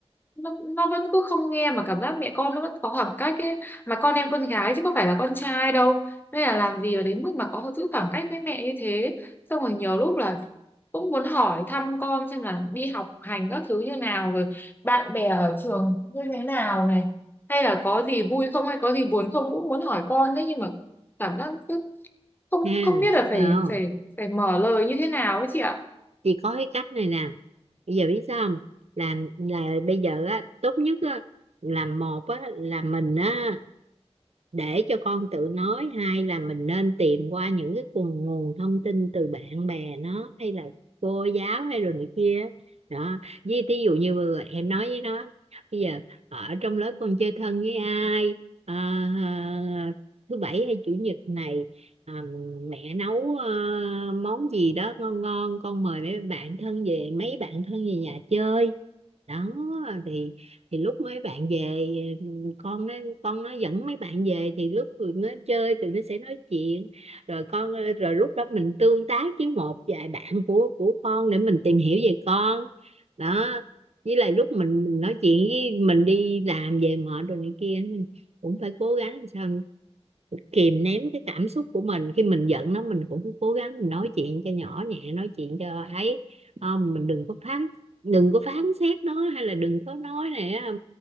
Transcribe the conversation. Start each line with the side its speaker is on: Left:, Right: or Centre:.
Left: nó, nó vẫn cứ không nghe mà cảm giác mẹ con nó vẫn có khoảng cách ấy mà con em con gái chứ có phải là con trai đâu nên là làm gì ở đến mức mà có giữ khoảng cách với mẹ như thế xong rồi nhiều lúc là cũng muốn hỏi thăm con xem là đi học hành các thứ như nào rồi bạn bè ở trường như thế nào này hay là có gì vui không hay có gì buồn không cũng muốn hỏi con đấy nhưng mà cảm giác cứ không
Right: ha
Left: không biết là phải
Right: không?
Left: phải phải mở lời như thế nào ấy chị ạ
Right: chỉ có cái cách này nè bây giờ biết sao không làm là bây giờ á tốt nhất á là một á là mình á để cho con tự nói hay là mình nên tìm qua những cái nguồn nguồn thông tin từ bạn bè nó hay là cô giáo hay rồi này kia đó với thí dụ như vừa rồi em nói với nó bây giờ ở trong lớp con chơi thân với ai Ờ, ờ, thứ bảy hay chủ nhật này ờ, mẹ nấu ờ, món gì đó ngon ngon con mời mấy bạn thân về mấy bạn thân về nhà chơi đó thì thì lúc mấy bạn về ừ, con nó con nó dẫn mấy bạn về thì lúc tụi nó chơi tụi nó sẽ nói chuyện rồi con rồi lúc đó mình tương tác với một vài bạn của của con để mình tìm hiểu về con đó với lại lúc mình mình nói chuyện với mình đi làm về mệt rồi này kia cũng phải cố gắng làm sao kìm nén cái cảm xúc của mình khi mình giận nó mình cũng cố gắng mình nói chuyện cho nhỏ nhẹ nói chuyện cho ấy không mình đừng có phán đừng có phán xét nó hay là đừng có nói này đó,